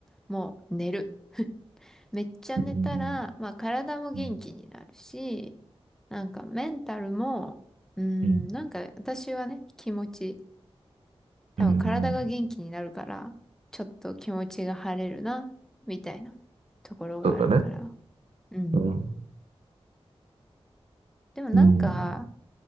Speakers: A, in the centre; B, on the right.
A: もう寝る。めっちゃ寝たら、
B: うん。
A: まあ体も元気になるし、
B: うん。
A: なんかメンタルも、うーん、
B: うん。
A: なんか私はね、気持ち、多分体が元気になるから、
B: うん。
A: ちょっと気持ちが晴れるな、みたいなところがあるから。
B: そうだね。
A: うん。
B: うん。
A: でもなんか、
B: うん。